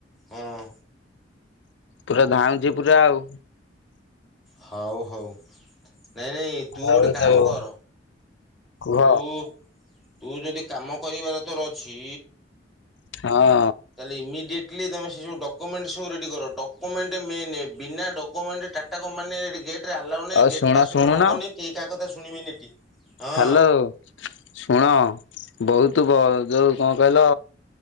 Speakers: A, in the centre; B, on the left.
A: ହୁଁ
B: ପୁରା ଧାଉଁଛି ପୁରା ଆଉ
A: ହଉ ହଉ। ନାଇଁ ନାଇଁ ତୁ
B: ଆଉ
A: ଗୋଟେ କାମ
B: ଯୋଉ
A: କର
B: କୁହ
A: ତୁ ତୁ ଯଦି କାମ କରିବାର ତୋ ଅଛି
B: ହଁ
A: ତାହେଲେ ଇମିଡିଏଟ କ୍ଲି ସେ ସବୁ ଡ୍ୟୁମେଣ୍ଟ ସବୁ ରେଡି କର ଡ୍ୟୁମେଣ୍ଟ ମେନ ବିନା ଡ୍ୟୁମେଣ୍ଟ ଟାଟା ମାନେ ଗେଟରେ ଆଲାଉ ନାଇ
B: ଆଉ
A: ଗେଟ
B: ଶୁଣ
A: ପାସ
B: ଶୁଣୁନ
A: ହବନି କେହି କାହା କଥା ଶୁଣିବେନି ଏଠି। ହଁ
B: ହାଲୋ ଶୁଣ ବହୁତୁ ବ ଯୋଉ କଣ କହିଲ